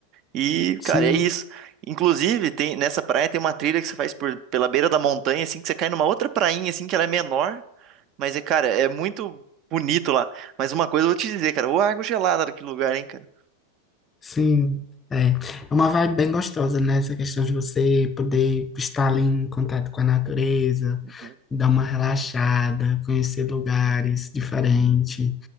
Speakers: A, on the right; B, on the left.
A: E,
B: Sim,
A: cara, é isso. Inclusive, tem, nessa praia tem uma trilha que você faz por, pela beira da montanha, assim, que você cai numa outra prainha, assim, que ela é menor, mas é, cara, é muito bonito lá. Mas uma coisa eu vou te dizer, cara, ô água gelada daquele lugar, hein, cara.
B: sim. É. É uma vibe bem gostosa, né? Essa questão de você poder estar ali em contato com a natureza,
A: Uhum.
B: dar uma relaxada, conhecer lugares diferentes.